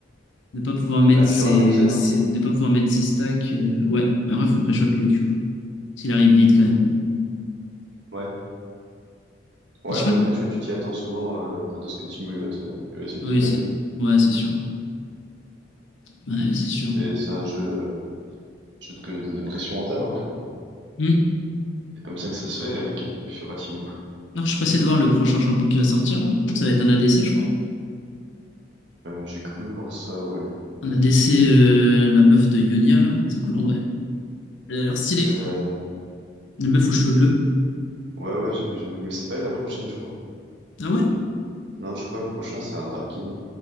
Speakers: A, on the left; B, on the right.
A: Ne pas pouvoir mettre
B: Ouais,
A: ses,
B: Fiora, t'as le Z, hein?
A: ses- ne pas pouvoir mettre ses stacks, euh, ouais, mais en vrai, faut pré-shot le Q. S'il arrive vite quand même.
B: Ouais. Ouais,
A: Et je crois
B: mais après,
A: que.
B: tu vois, tu t'y attends souvent euh, quand est-ce que Timo, il va te... il va essayer de
A: Oui,
B: te blind.
A: c'est. Ouais, c'est sûr. Ouais, c'est sûr.
B: C'est c'est un jeu, euh, jeu de... de de pression mentale, hein. faut-
A: Hmm.
B: C'est comme ça que ça se fait avec euh, Fiora Timo.
A: Non, je suis pressé de voir le prochain champion qui va sortir là. Ça va être un ADC, je crois.
B: Euh, j'ai cru voir ça, ouais.
A: Un ADC, euh, la meuf de Ionia là. C'est cool en vrai. Elle a l'air stylée.
B: C'est la...
A: La meuf aux cheveux bleus.
B: Ouais, ouais, j'ai vu, j'ai vu. Mais c'est pas elle la prochaine, je crois.
A: Ah ouais?
B: Non, je crois que le prochain, c'est un Darkin.